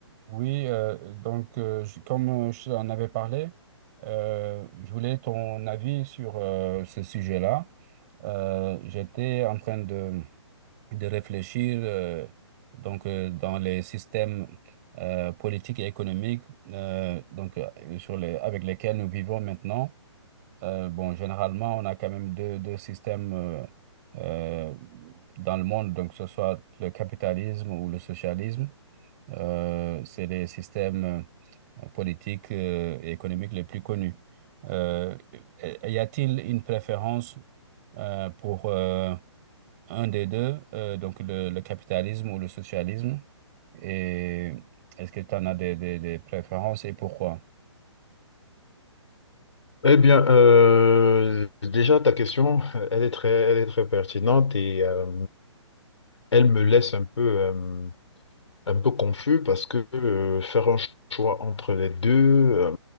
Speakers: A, on the right; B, on the left.
A: Oui, euh, donc euh, je- comme euh, je t'en avais parlé, euh, je voulais ton avis sur euh, ce sujet-là. Euh, j'étais en train de, de réfléchir euh, donc euh, dans les systèmes euh, politiques et économiques euh, donc euh, sur les avec lesquels nous vivons maintenant. Euh, bon, généralement, on a quand même deux, deux systèmes euh, euh, dans le monde, donc que ce soit le capitalisme ou le socialisme. Euh, c'est les systèmes euh, politiques euh, et économiques les plus connus. Euh, y a-t-il une préférence euh, pour euh, un des deux, euh, donc le, le capitalisme ou le socialisme? Et est-ce que tu en as des, des- des préférences et pourquoi?
B: Eh bien, euh, déjà, ta question, elle est très, elle est très pertinente et euh, elle me laisse un peu, euh, un peu confus parce que euh, faire un choix entre les deux, euh,